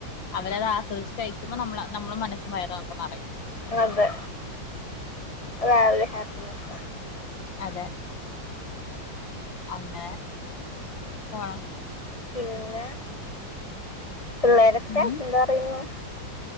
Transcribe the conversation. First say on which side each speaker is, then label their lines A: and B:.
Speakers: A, on the left; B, on the left.
A: അവരത് ആസ്വദിച്ച കഴിക്കുമ്പോ നമ്മ നമ്മുടെ മനസ്സ് വയർ ക്കന്ന്റിയയും
B: അതെ വേ ഹാപ്പിനെസ്
A: അതെ അങ്ങന ആഹ
B: പിന്നെ പിന്നേരൊക്കെ
A: ഉം
B: എന്താ പറയുന്നു